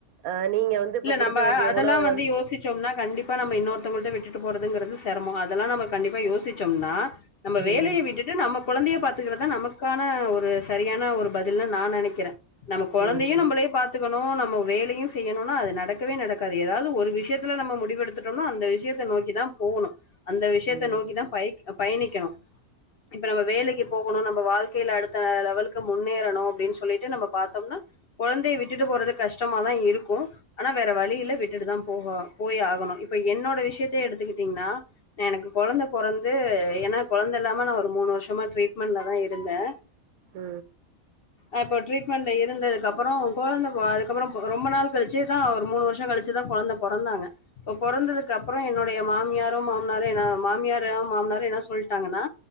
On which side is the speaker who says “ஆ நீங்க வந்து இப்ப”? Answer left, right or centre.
Right